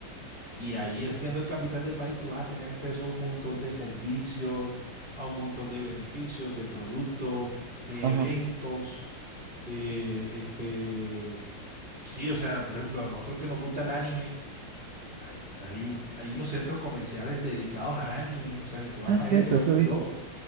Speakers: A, on the right; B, on the right.
A: Y ahí siendo el capital del país, tú vas a tener acceso a un montón de servicios, a un montón de beneficios, de productos, de
B: ajá.
A: eventos, de este, sí, o sea, por ejemplo, a nosotros que nos gusta el anime hay, hay un- hay unos centros comerciales dedicados a anime, o sea que tú vas
B: Ah,
A: para
B: cierto,
A: allá y te vuelves
B: eso he visto,
A: loco.